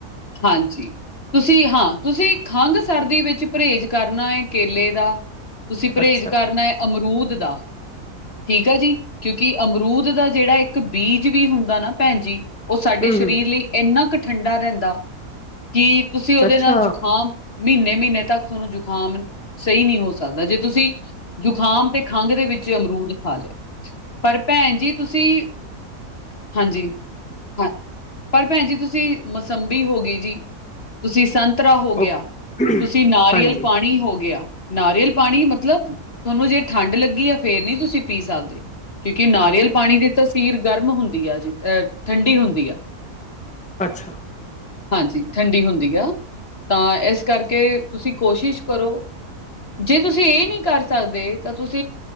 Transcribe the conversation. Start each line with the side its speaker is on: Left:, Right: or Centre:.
Left: ਹਾਂਜੀ। ਤੁਸੀਂ ਹਾਂ ਤੁਸੀਂ ਖੰਘ, ਸਰਦੀ ਵਿੱਚ ਪਰਹੇਜ਼ ਕਰਨਾ ਏ ਕੇਲੇ ਦਾ ਤੁਸੀਂ ਪਰਹੇਜ਼
Centre: ਅੱਛਾ
Left: ਕਰਨਾ ਅਮਰੂਦ ਦਾ, ਠੀਕ ਆ ਜੀ। ਕਿਉਂਕਿ ਅਮਰੂਦ ਦਾ ਜਿਹੜਾ ਇੱਕ ਬੀਜ ਵੀ ਹੁੰਦਾ ਨਾ ਭੈਣ ਜੀ, ਉਹ ਸਾਡੇ
Centre: ਹੂੰ
Left: ਸਰੀਰ
Centre: ਹੂੰ
Left: ਲਈ ਏਨਾ ਕੁ ਠੰਡਾ ਰਹਿੰਦਾ ਕਿ ਤੁਸੀਂ ਉਹਦੇ
Centre: ਅੱਛਾ
Left: ਨਾਲ ਜੁਕਾਮ ਮਹੀਨੇ ਮਹੀਨੇ ਤੱਕ ਜ਼ੁਕਾਮ ਸਹੀ ਨਹੀ ਹੋ ਸਕਦਾ ਜੇ ਤੁਸੀਂ ਜ਼ੁਕਾਮ ਤੇ ਖੰਘ ਦੇ ਵਿੱਚ ਅਮਰੂਦ ਖਾ ਲਿਆ। ਪਰ ਭੈਣ ਜੀ ਤੁਸੀਂ, ਹਾਂਜੀ ਹਾਂ ਪਰ ਭੈਣ ਜੀ ਤੁਸੀਂ ਮਸੰਬੀ ਹੋਗੀ ਜੀ ਤੁਸੀਂ ਸੰਤਰਾ ਹੋ ਗਿਆ,
Centre: ਓਕੇ
Left: ਤੁਸੀਂ ਨਾਰੀਅਲ
Centre: ਹਾਂਜੀ
Left: ਪਾਣੀ ਹੋ ਗਿਆ ਨਾਰੀਅਲ ਪਾਣੀ ਮਤਲਬ ਤੁਹਾਨੂੰ ਜੇ ਠੰਢ ਲੱਗੀ ਐ ਫੇਰ ਨੀ ਤੁਸੀਂ ਪੀ ਸਕਦੇ। ਕਿਉਂਕਿ ਨਾਰੀਅਲ ਪਾਣੀ ਦੀ ਤਾਸੀਰ ਗਰਮ ਹੁੰਦੀ ਆ ਜੀ ਅਹ ਠੰਡੀ ਹੁੰਦੀ ਆ।
Centre: ਅੱਛਾ।
Left: ਹਾਂਜੀ, ਠੰਡੀ ਹੁੰਦੀ ਆ ਤਾਂ, ਇਸ ਕਰਕੇ ਤੁਸੀ ਕੋਸ਼ਿਸ਼ ਕਰੋ, ਜੇ ਤੁਸੀ ਇਹ ਨਹੀ ਕਰ ਸਕਦੇ ਤਾਂ ਤੁਸ,।